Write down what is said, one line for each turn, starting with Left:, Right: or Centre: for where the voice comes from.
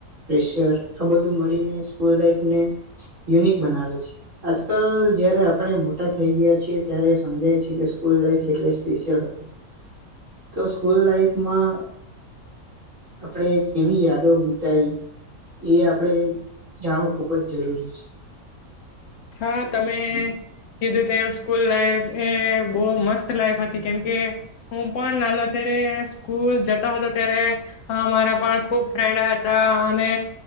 Right: પ્રેશર આ બધું મળીને સ્કૂલ લાઈફને યુનિક બનાવે છે. આજકાલ જ્યારે આપણે મોટા થઈ ગયા છે, ત્યારે સમજાય છે, કે સ્કૂલ લાઈફ એટલે સ્પેશિયલ હતું. તો સ્કૂલ લાઈફમાં આપણે કેવી યાદો બિતાવી, એ આપણે જાણવું ખૂબ જ જરૂરી છે.
Left: હા તમે કીધું તેમ, સ્કૂલ લાઈફ એ બહુ મસ્ત લાઈફ હતી, કેમકે હું પણ નાનો હતો ત્યારે સ્કૂલ જતો હતો, ત્યારે મારા પણ ખુબ ફ્રેન્ડ હતા, અને